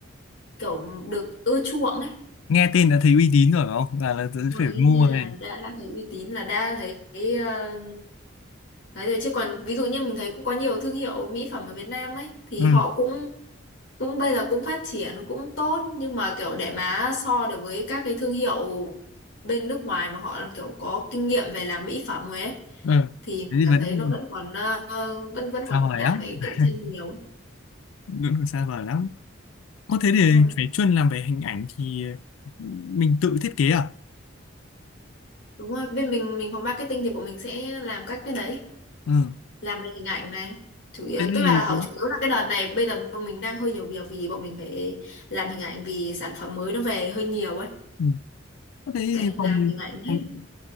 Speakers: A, on the left; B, on the left.
A: kiểu được ưa chuộng ấy.
B: nghe tên đã thấy uy tín rồi phải không là, là
A: Đúng rồi,
B: phải
A: thế
B: mua
A: nên
B: này
A: là đã đã thấy uy tín là đã thấy ờ, nói rồi chứ còn ví dụ như mình thấy cũng có nhiều thương hiệu mỹ phẩm ở Việt Nam ấy thì
B: ừ.
A: họ cũng cũng bây giờ cũng phát triển cũng tốt nhưng mà kiểu để mà so được với các cái thương hiệu bên nước ngoài mà họ kiểu có kinh nghiệm về làm mỹ phẩm rồi ấy
B: ừ.
A: thì
B: thế thì
A: cảm
B: vẫn
A: thấy nó vẫn còn ờ, vẫn vẫn còn
B: sao vời
A: đang
B: lắm
A: phải cạnh tranh
B: <laughs>
A: nhiều
B: vẫn còn xa vời lắm Có thế để
A: đúng rồi
B: phải chuyên làm về hình ảnh thì ừ, mình tự thiết kế à?
A: đúng rồi bên mình mình phòng marketing thì bọn mình sẽ làm các cái đấy
B: Ừ.
A: làm về hình ảnh này chủ yếu
B: Thế thì
A: tức là họ
B: có-
A: chủ yếu là cái đợt này bây giờ bọn mình đang hơi nhiều việc vì bọn mình phải làm hình ảnh vì sản phẩm mới nó về hơi nhiều ấy
B: ừ. Có thế
A: đấy
B: thì
A: làm
B: phòng,
A: hình ảnh
B: phòng
A: hết
B: ừ,